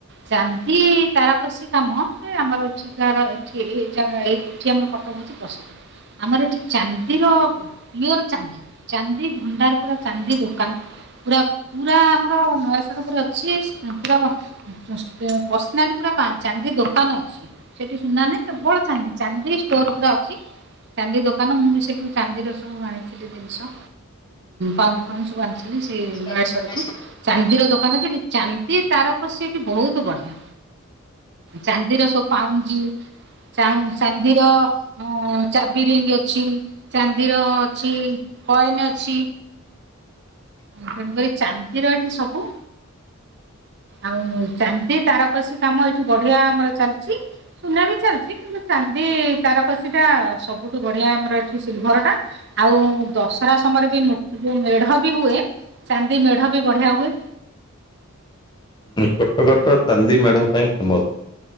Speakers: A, on the right (about 50°); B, on the left (about 20°).
A: ଯାନ୍ତି ତାର କସିି କାମରେ ଆମର ଅଠ ଏଠି ଏ ଜା ଏ ଏଠି ଆମର କଟକ ହେଉଛି ପ୍ରସିଦ୍ଧ ଆମର ଏଠି ଚାନ୍ଦିର ପିଓର ଚାନ୍ଦି ଚାନ୍ଦି ଭଣ୍ଡାର ପୁର ଚାନ୍ଦି ଦୋକାନ ପୁରା ପୁରା ଆମର ନୟ ସଡ଼ ଉପରେ ଅଛି ପୁରା ପର୍ସନାଲି ପୁରା ଚାନ୍ଦି ଦୋକାନ ଅଛି ସେଠି ସୁନା ନାହିଁ କେବଳ ଚାନ୍ଦି ଚାନ୍ଦି ଷ୍ଟୋର ପୁରା ଅଛି ଚାନ୍ଦି ଦୋକାନ ମୁଁ ବି ସେଠୁ ଚାନ୍ଦିର ସବୁ ଆଣିଥିଲି ଜିନିଷ ପା ଫଣି ସବୁ ଆଣିଥିଲି ସେ
B: ଆଉ
A: ମସା ଚାନ୍ଦିର ଦୋକାନ ଚାନ୍ଦି ତାରକ ସେଠି ବହୁତ ବଢିଆ ଚାନ୍ଦିର ସବୁ ପାଉଁ୍ଜି ଚା ଚାନ୍ଦିର ଚାବିରିଙ୍ଗ ଅଛି ଚାନ୍ଦିର ଅଛି କଏନ ଅଛି ତେଣୁକରି ଚାନ୍ଦିର ଏଠି ସବୁ ଆଉ ଚାନ୍ଦି ତାରକସିୀ କାମ ଏଇଠି ବଢିଆ ଆମର ଚାଲିଛି ସୁନା ବି ଚାଲିଛି କିନ୍ତୁ ଚାନ୍ଦି ତାରକସୀ ଟା ସବୁଠୁ ବଢିଆ ଆମର ଏଠି ସିଲଭର ଟା ଆଉ ଦଶରା ସମୟରେ ବି ଯୋଉ ମେଢ ବି ହୁଏ ଚାନ୍ଦି ମେଢ ବି ବଢିଆ ହୁଏ
B: କଟକଟ ଚାନ୍ଦି ମେଢ଼ ପାଇଁ ଫେମସ୍